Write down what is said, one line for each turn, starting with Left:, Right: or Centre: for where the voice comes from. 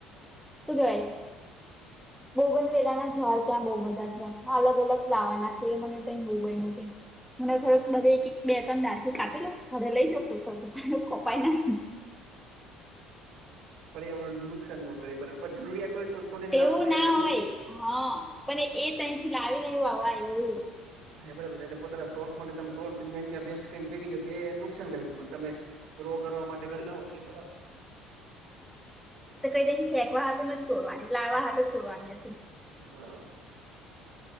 Centre: શું કેવાય? બોગન વેલા ના ઝાડ ક્યાં બહુ બધા છે, આ અલગ-અલગ ફ્લાવર ના છે એ મને તેય બો ગયીમું કે. મને થોડુંક બધે એ એક બે તણ દાડકી કાપી લોઉ ઘરે લઈ જઉ એવું કપાય ના.
Right: પર્યાવરણ ન નુકસાન ન કરે બરોબર પણ જરૂરિયાત હોય તોને લાવો
Centre: એવું
Right: તો
Centre: ના
Right: એ પણ
Centre: હોય
Right: નુકસા
Centre: હા, પણ એ તહી થી લાવીને એવુંવાય એવું.
Right: હા બરોબર છે એ અને પોતાના શોખ તમે ત્રણં વેસ્ટ કરીને ફેંકી ગ એ નુકસાન કરી છે તમે. ગ્રો કરવા માટે ઘર ના હો તો બરાબર.
Centre: તો કઈ તેને ફેંકવા હા નથી જ તોડવાનીટ લાવવા હાટ જ તોડવાની હતી.
Right: બરાબર.